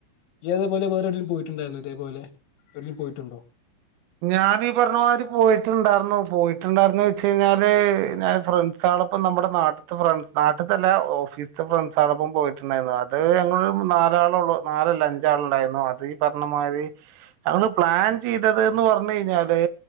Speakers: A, on the left; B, on the right.
A: യ്യതേപേലെ വെറെഏടെലും പോയിട്ടുണ്ടായിരുന്നേ ഇതേപോലെ. ഏടെലും പോയിട്ടുണ്ടോ.
B: ഞാനി ഈ പർഞ്ഞമാതിരി പോയിട്ടുണ്ടാർന്നു പോയിട്ടുണ്ടാർന്നു വെച്ചെയ്ഞാല് ഞാൻ ഫ്രണ്ട് സാളെപ്പം നമ്മുടെ നാട്ട്ത്തെ ഫ്രൺ നാട്ട്തെല്ലാ ഓഫീസ്തെ ഫ്രണ്ട്സളൊപ്പം പോയിട്ടുണ്ടായിരുന്നു ആ ഏറിയാ ഞങ്ങളെരു നാലാളെള്ളൂ. നാലെല്ല, അഞ്ചാളുണ്ടായിരുന്നു. അതീപർഞ്ഞ മായ്രി. നമ്മള് പ്ലാൻ ചെയ്ദത് ന്ന് പറഞ്ഞെയ്ഞ്ഞാല്.